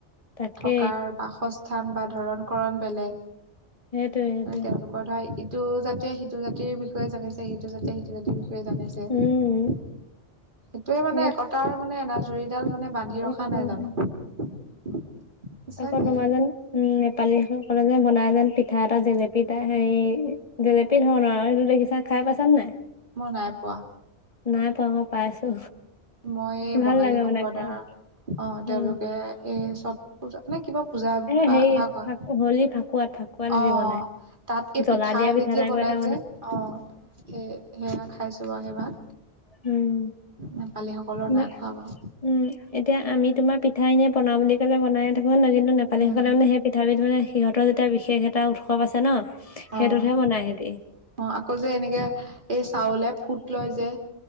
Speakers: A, on the left; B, on the right.
A: তাকে
B: থকাৰ বাসস্থান বা ধৰণ কৰণ বেলেগ,
A: সেইটোৱে সেইটোৱে
B: তেওঁলোকৰ ধৰা সিটো জাতিয়ে সিটো জাতিৰ বিষয়ে জানিছে সিটো জাতিয়ে সিটো জাতিৰ বিষয়ে জানিছে।
A: উম
B: সেইটোৱে মানে
A: সেই
B: একতাৰ মানে এনাজৰীডাল মানে বান্ধি
A: উম
B: ৰখা নাই জানো। সঁচাকে
A: আকৌ তোমাৰ যেন, উম, নেপালী সকলে যে বনাই থাইলেন পিঠা এটা যে পিঠা এটা হেৰি জেলেপি ধৰণৰ আৰু সেইটো দেখিছা খাই পাইছ নে নাই?
B: মই নাই পোৱা।
A: নাই পোৱা মই পাইছো,
B: মই এই
A: ভাল
B: বঙালী
A: লাগে
B: সম্প্ৰদায়ৰ
A: মানে খাই।
B: অ', তেওঁলোকে
A: উম
B: এই চট পূজা নে কি কিবা পূজা
A: এ
B: ভা
A: হেৰি
B: ভাগ হয়,
A: ফাকু হলি ফাকুৱাত ফাকুৱাত হেৰি
B: অ',
A: বনাই
B: তাত এই
A: জ্বলা
B: পিঠা
A: দিয়া
B: এবিধ যে
A: টাইপৰ
B: বনাই
A: এটা
B: যে অ', সে সেয়া খাইছো বাৰু সেইবাৰ।
A: উম
B: নেপালী সকলৰ
A: ইমান
B: নাই খোৱা মই।
A: উম, এতিয়া আমি তোমাৰ পিঠা এনে বনাওঁ বুলি ক'লে বনাই থাকো <unintelligible> কিন্তু নেপালীসকলে
B: উম
A: মানে সেই পিঠাবধ মানে সিহঁতৰ যেতিয়া বিশেষ এটা উৎসৱ আছে ন? সেইটোতহে
B: অ',
A: বনাই সিহঁতি
B: অ', আকৌ যে এনেকে, এই চাউলে ফুট লয় যে।